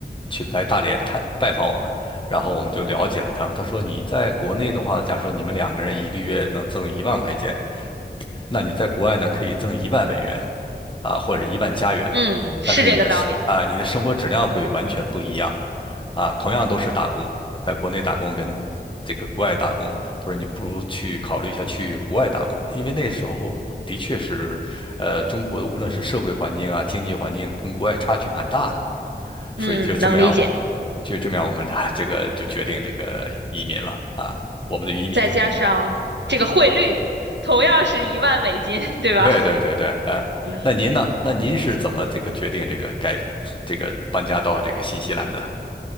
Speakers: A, on the left (about 25°); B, on the right (about 80°).
A: 去来大连探拜访我们，然后我们就了解了他。他说你在国内的话，假如说你们两个人一个月能挣一万块钱，那你在国外呢可以挣一万美元啊，或者一万加元，
B: 嗯，是这个道理。
A: 但是你的生啊你的生活质量会完全不一样啊。同样都是打工，在国内打工跟这个国外打工，他说你不如去考虑一下去国外打工，因为那时候的确是，呃，中国的无论是社会环境啊、经济环境跟国外差距蛮大的，
B: 嗯，
A: 所以就这么样我，
B: 能理解。
A: 就这么样我们俩 <laughs> 这个就决定这个移民了啊，我们的移民决定，
B: 再加上这个汇率，同样是一万美金，对吧？
A: 对对对对，哎，
B: 嗯。
A: 那您呢？那您是怎么这个决定这个改这个搬家到这个新西兰的？